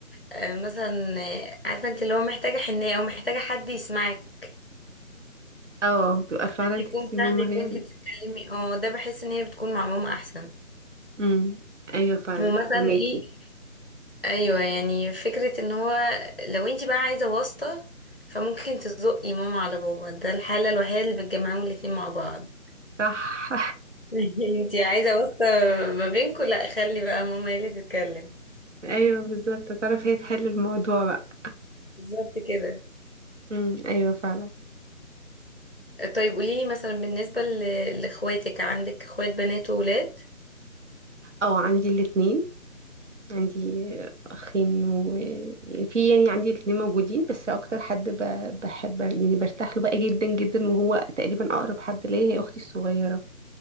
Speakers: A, on the left; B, on the right.
A: آه، مثلا آه، عارفه انت اللي هو محتاجه حنيه او محتاجه حد يسمعك
B: او بتبقى
A: حد
B: فعلا
A: يكون
B: تحسي
A: فاهمك
B: ماما هي
A: وانت
B: ال-
A: بتتكلمي اه ده بحس ان هي بتكون مع ماما احسن
B: امم ايوه فعلا
A: ومثلا
B: فهماكي
A: ايه ايوه يعني فكره ان هو لو انت بقى عايزه واسطه فممكن تزقي ماما على بابا ده الحاله الوحيده اللي بتجمعهم الاتنين مع بعض
B: صح
A: <laughs> انت عايزه واسطه ما بينكم لا خلي بقى ماما هي اللي تتكلم
B: <laughs> ايوه بالظبط تعرف هي تحل الموضوع بقى
A: بالظبط كده
B: امم ايوه فعلا
A: طيب قوليلي مثلا بالنسبه ل- لاخواتك عندك اخوات بنات وولاد
B: او عندي الاتنين عندي اخين و يعني في يعني عندي الاتنين موجودين بس اكتر حد ب... بحب يعني برتاح له بقى جدا جدا وهو تقريبا اقرب حد ليا هي اختي الصغيرة